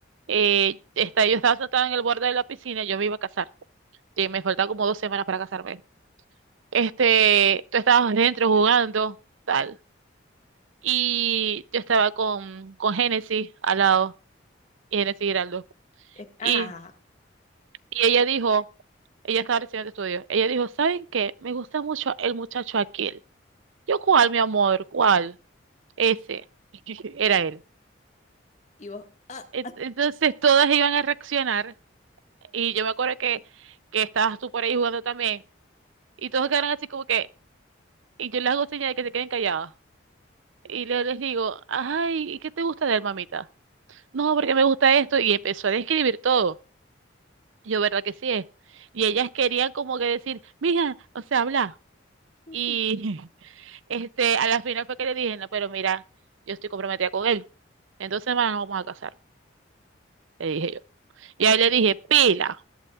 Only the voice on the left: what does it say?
Es- Ajá,
ajá, ajá.
Y vos. ah.
<laughs>